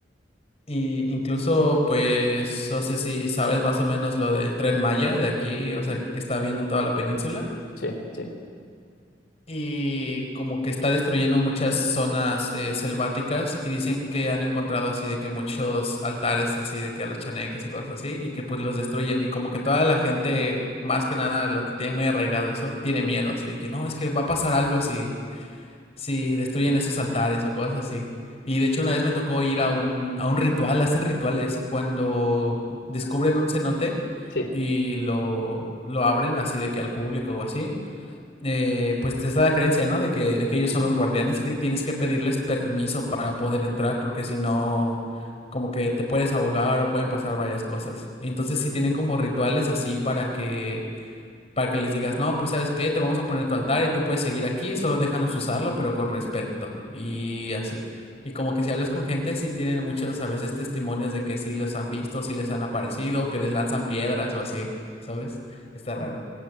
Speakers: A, on the left; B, on the left.
A: Y incluso, pues, no sé si sabes más o menos lo del Tren Maya de aquí, o sea, que está viendo en toda la península.
B: Sí, sí,
A: y como que está destruyendo muchas zonas eh, selváticas y dicen que han encontrado así de que muchos altares así de que a los chaneques o cosas así y que pues los destruyen y como que toda la gente, más que nada los que tienen muy arraigado eso, tiene miedo así de que no, es que va a pasar algo si, si destruyen esos altares o cosas así. Y de hecho una vez me tocó ir a un, a un ritual, hacen rituales cuando descubren un cenote
B: sí.
A: y lo, lo abren así de que al público o así eh, pues está la creencia, ¿no? De que, de que ellos son los guardianes y que tienes que pedirles permiso para poder entrar, porque si no, como que te puedes ahogar o pueden pasar varias cosas. Entonces sí tienen como rituales así para que, para que les digas, no, pues ¿sabes qué? Te vamos a poner tu altar y tú puedes seguir aquí, solo déjanos usarlo, pero con respeto. Y así. Y como que si hablas con gente, sí tienen muchos a veces testimonios de que sí los han visto, sí les han aparecido, que les lanzan piedras o así, ¿sabes? Está
B: Ah,
A: raro.